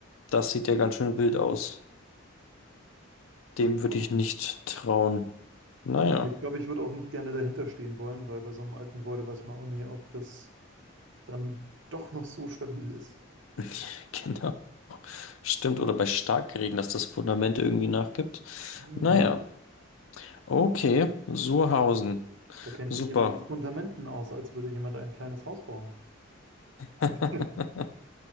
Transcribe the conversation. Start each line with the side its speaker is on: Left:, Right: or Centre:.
Left: Das sieht ja ganz schön wild aus.
Right: Durchaus.
Left: Dem würde ich nicht trauen. Naja,
Right: Ich glaube, ich würde auch nicht gerne dahinter stehen wollen, weil bei so einem alten Gebäude weiß man auch nie, ob das dann doch noch so stabil ist.
Left: <laughs> genau. Stimmt, oder bei Starkregen, dass das Fundament irgendwie nachgibt.
Right: Hm.
Left: Naja, okay, Suhrhausen.
Right: Da kennt
Left: Super.
Right: sich jemand mit Fundamenten aus, als würde jemand ein kleines Haus bauen.
Left: <laughs>
Right: <laughs>